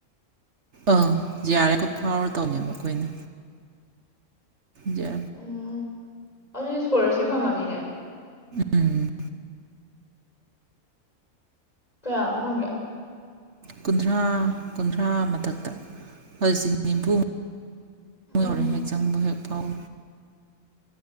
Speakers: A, on the right; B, on the left.
A: ꯑꯪ ꯖꯦꯑꯥꯔ ꯑꯦꯐ ꯐꯥꯎꯔ ꯇꯧꯅꯦꯕ ꯑꯩꯈꯣꯏꯅ ꯌꯥ
B: ꯎꯝ ꯑꯗꯨꯗꯤ ꯏꯁꯀꯣꯂꯔꯁꯤꯞ ꯐꯪꯉꯝꯅꯤꯅꯦ
A: ꯎꯝ
B: ꯀꯌꯥꯃꯨꯛ ꯐꯣꯡꯒꯦ
A: ꯀꯨꯟꯊ꯭ꯔꯥ ꯀꯨꯟꯊ꯭ꯔꯥ ꯃꯊꯛꯇ ꯍꯧꯖꯤꯛꯇ ꯅꯤꯝꯐꯨ ꯃꯨ
B: ꯎꯝ
A: ꯌꯧꯔꯦ ꯍꯦꯛ ꯆꯪꯕ ꯍꯦꯛ ꯄꯥꯎ